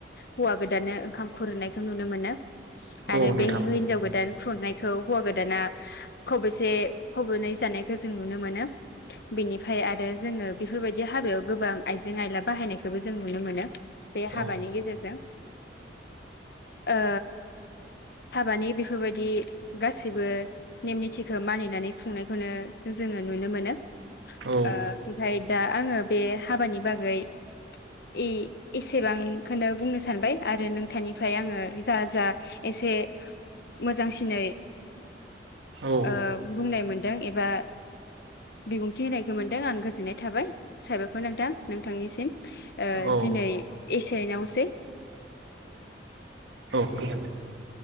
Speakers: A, on the left (about 55°); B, on the right (about 75°).
A: हौवा गोदाननो ओंखाम खुरहोनायखौ नुनो मोनो। आरो
B: औ नोंथां
A: बे हिनजाव गोदान खुरनायखौ हौवा गोदाना खबेसे खब'नै जानायखौ जों नुनो मोनो। बेनिफ्राय आरो जोङो बेफोरबायदि हाबायाव गोबां आइजें आयला बाहायनायखौबो जों नुनो मोनो। बे हाबानि
B: औ
A: गेजेरजों ओ हाबानि बेफोरबायदि गासैबो नेम निथिखौ मानिनानै खुंनायखौनो जोङो नुनो मोनो।
B: औ
A: ओ ओमफाय दा आङो बे हाबानि बागै ए-एसेबांखौनो बुंनो सानबाय आरो नोंथांनिफ्राय आङो जा जा एसे मोजांसिनै
B: औ
A: ओ बुंनायमोनद दों एबा बिबुंथि होनायखौ मोनदों आं गोजोननाय थाबाय साबायखर नोंथां नोंथांनिसिम। ओ
B: औ
A: दिनै एसे एनावसै
B: औ गोजोन्थों।